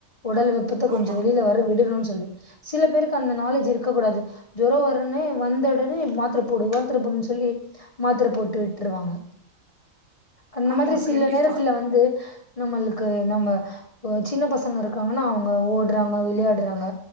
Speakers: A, on the left (about 35°); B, on the right (about 75°).
A: உடல் வெப்பத்த கொஞ்ச
B: ஆமா
A: வெளில வர விடணுனு சொல்லி சில பேருக்கு அந்த நாலேஜ் இருக்கக் கூடாது ஜோரோ வரனே வந்தோடனே மாத்தர போடு மாத்தர போடுன்னு சொல்லி மாத்தர போட்டு விட்டுருவாங்க அந்த
B: ஆமா
A: மாதிரி சில
B: கண்டிப்பா
A: நேரத்துல வந்து நம்மளுக்கு நம்ம அ சின்ன பசங்க இருக்காங்கன்னா அவுங்க ஓடுறாங் க விளையாடுறாங்க